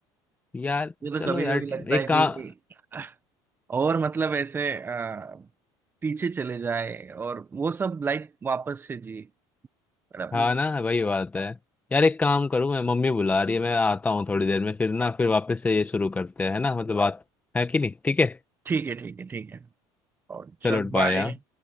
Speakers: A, on the left; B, on the right.
A: यार
B: मुझे
A: चलो
B: तो कभी
A: यार
B: कभी लगता है
A: एक काम
B: कि और मतलब ऐसे आ, पीछे चले जाए और वो सब लाइफ वापस से जी पर अब-
A: हाँ ना वही बात है यार एक काम करूँ मैं मम्मी बुला रही है मैं आता हूँ थोड़ी देर में फिर ना फिर वापस से ये शुरू करते हैं है ना मतलब बात है कि नहीं ठीक है
B: ठीक है ठीक है ठीक है और चल
A: चलो बाय
B: बाय
A: हाँ